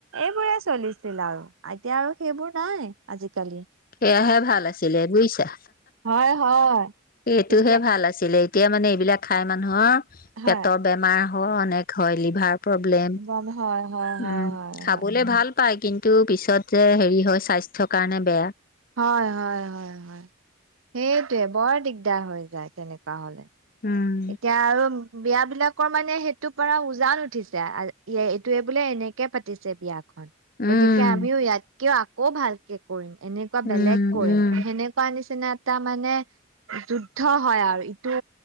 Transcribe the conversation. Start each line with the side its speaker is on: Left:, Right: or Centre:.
Right: এইবোৰে চলিছিল আৰু এতিয়া আৰু সেইবোৰ নাই আজিকালি।
Left: সাইয়াহে ভাল আছিলে বুজিছা।
Right: হয়-হয়
Left: সেইটোহে
Right: তেতিয়া
Left: ভাল আছিলে এতিয়া মানে এইবিলাক খাই মানুহৰ
Right: হয়
Left: পেটৰ বেমাৰ। অনেক হয় লিভাৰ প্ৰব্লেম।
Right: গম হয় হয় হয়
Left: উম
Right: হয়
Left: খাবলৈ
Right: হয়
Left: ভাল। ভাল পাই কিন্তু পিছত যে হেৰি হয় স্বাস্থ্য কাৰণে বেয়া।
Right: হয়-হয়-হয়-হয় হাইটোৱাই বৰ দিগদাৰ হৈ যায় তেনেকুৱা হলে।
Left: উম
Right: এতিয়া আৰু বিয় বিলাকৰ মানে হাঁহটো পাৰ উজান উঠিছে এইটোয়ে বোলে এনেকে হে পাতিছে এতিয়া।
Left: উম
Right: গতিকে আমিও যাতকেও ও ভালকে কৰিম। যেনেকুৱা
Left: উম
Right: বেলেগ কৰিম
Left: উম
Right: যেনেকুৱা নিচিনা তেনে এটা মানে যুদ্ধ হয় আৰু ইটো